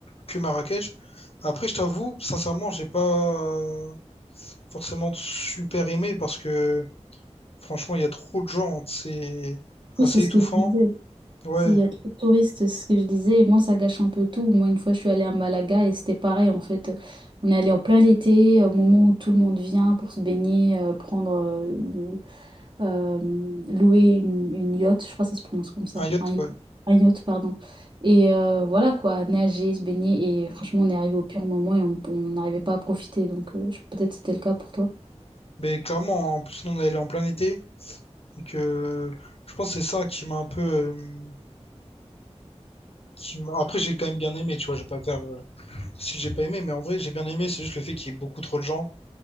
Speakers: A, on the left; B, on the right.
A: que Marrakech. Après, je t'avoue, sincèrement, j'ai pas forcément super aimé parce que franchement, il y a trop de gens. C'est assez
B: Oui, c'est ce
A: étouffant.
B: que je disais.
A: Ouais,
B: S'il y a trop de touristes, c'est ce que je disais, et moi ça gâche un peu tout. Moi, une fois, je suis allée à Malaga et c'était pareil en fait. On est allé en plein l'été, au moment où tout le monde vient pour se baigner, euh, prendre, euh, une- euh, louer une, une yacht, je crois que ça se prononce comme ça,
A: un yacht,
B: un, yacht,
A: ouais.
B: un yacht, pardon. Et euh, voilà quoi, nager, se baigner, et franchement, on est arrivé au pire moment et on on n'arrivait pas à profiter, donc euh, je- peut-être c'était le cas pour toi.
A: Mais clairement, en plus, nous, on est allé en plein été. Donc, euh, je pense que c'est ça qui m'a un peu. euh, qui m'a- Après, j'ai quand même bien aimé, tu vois. Je vais pas faire. euh, Si j'ai pas aimé, mais en vrai, j'ai bien aimé. C'est juste le fait qu'il y ait beaucoup trop de gens.